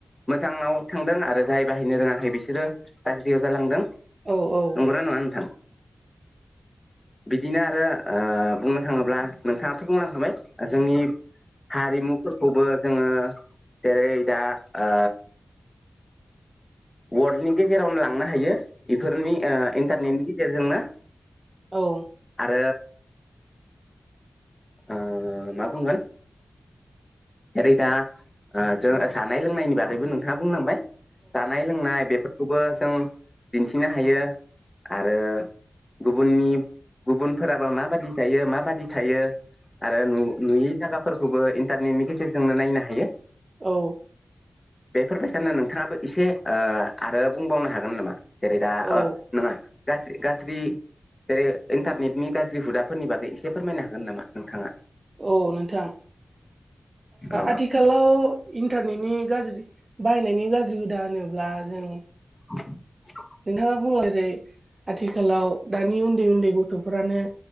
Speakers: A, on the left; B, on the right.
A: मोजाङाव थांदों आरो जाय बाहायनो रोङाखै बिसोरो गाज्रियाव जालांदों
B: औ औ
A: नंगौना न‌ङा नोंथां बिदिनो आरो बुंनो थाङोब्ला नोंथाङाथ' बुंलांखाबाय जोंनि हारिमुफोरखौबो जोङो जेरै दा ओ वर्ल्डनि गेजेरावनो लांनो हायो बेफोरनि इन्टारनेटनि गेजेरजोंनो
B: औ
A: ओ ओ मा बुंगोन जेरै दा जों जानाय लोंनायनि बागैबो नोंथाङा बुंलांबाय जानाय लोंनाय बेफोर खौबोजों दिथिनो हायो आरो गुबुननि गुबुनफोराबो माबादि जायो माबादि थायो आरो नु नुयि जागाफोरखौबो इन्टारनेटनि गेजेरजोंनो नायनो हायो
B: औ
A: बेफोरबायसानो नोंथाङाबो एसे ओक्षआरो बुंबावनो हागोन नामा जेरै दा
B: औ
A: नङा गाज्रि गाज्रि जेरै इन्टारनेटनि गाज्रि हुदाफोरनि बागै एसे फोरमायनो हागोन नामा नोंथाङा
B: औ नोंथां
A: औ
B: आथिखालाव इन्टारनेटनि गाज्रि बाहायनायनि गाज्रि हुदा होनोब्ला जों
A: <inaudible>
B: नोंथाङा बुंलांबाय आथिखालाव दानि उन्दै उन्दै गथ'फोरानो